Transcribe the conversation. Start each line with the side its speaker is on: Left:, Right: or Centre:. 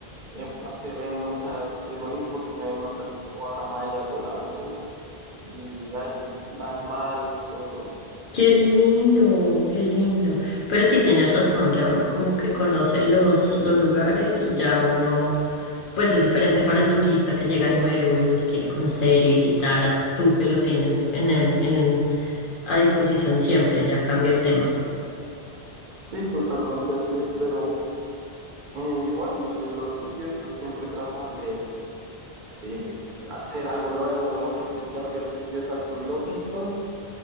Right: Eh, se ven muchas, eh, bonitos porque se ven muchas guacamayas volando y hay animales y todo el rollo.
Left: Qué lindo, qué lindo. Pero sí tienes razón, ya uno como que conoce los, los lugares y ya uno, pues es diferente para el turista que llega nuevo y los quiere conocer y visitar a tú que lo tienes en, en, en- a disposición siempre, ya cambia el tema.
Right: Sí, totalmente así es, pero eh, igual eh, los sitios pues siempre tratan de, eh, hacer algo nuevo, ¿no? Porque siempre en sitios arqueológicos